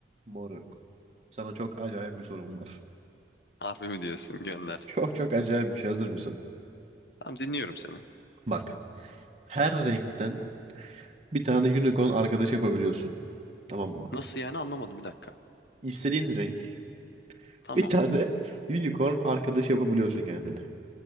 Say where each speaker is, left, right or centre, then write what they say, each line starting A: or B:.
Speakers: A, on the right; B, on the left.
A: Moruk. Sana çok acayip bir sorum var.
B: Harbi mi diyorsun? Gönder.
A: Çok çok acayip bir şey. Hazır mısın?
B: Tamam dinliyorum seni.
A: Bak. Her renkten bir tane unicorn arkadaş yapabiliyorsun. Tamam mı?
B: Nasıl yani anlamadım bir dakika.
A: İstediğin renk
B: Tamam.
A: bir tane <laughs> unicorn arkadaş yapabiliyorsun kendine.